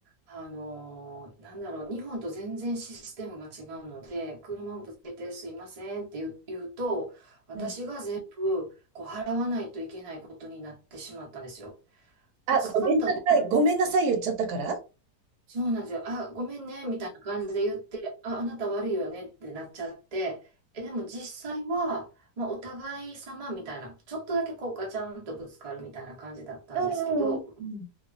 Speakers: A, on the right (about 40°); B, on the right (about 70°).
A: あのーなんだろう、日本と全然システムが違うので、車をぶつけてすいませんって言う、言うと、私が全部こう払わないといけないことになってしまったんですよ。
B: うん。あ、
A: ぶつかった
B: ごめんなさい。ごめんなさい言っちゃったから
A: そうなんですよ。あ、ごめんね、みたいな感じで言って、あ、あなた悪いよねってなっちゃって、え、でも実際は、まあ、お互い様みたいな、ちょっとだけこうガチャンとぶつかるみたいな感じだったんですけど、
B: うんうんうん。